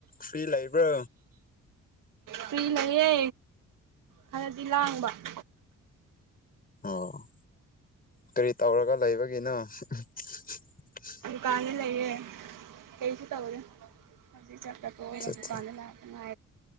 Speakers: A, on the left (about 25°); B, on the right (about 75°).
A: free ꯂꯩꯕ꯭ꯔꯣ
B: free ꯂꯩꯌꯦ ꯈꯔꯗꯤ ꯂꯥꯡꯕ <inaudible>
A: ꯑꯣ ꯀꯔꯤ ꯇꯧꯔꯒ ꯂꯩꯕꯒꯤꯅꯣ <inaudible>
B: ꯗꯨꯀꯥꯟꯗ ꯂꯩꯌꯦ ꯀꯩꯁꯨ ꯇꯧꯒꯦ ꯍꯧꯖꯤꯛ ꯆ ꯆꯥꯊꯣꯛꯑꯒ
A: ꯑꯠꯆꯥ
B: ꯗꯨꯀꯥꯟꯗ ꯂꯥꯛꯑꯦ ꯃꯥ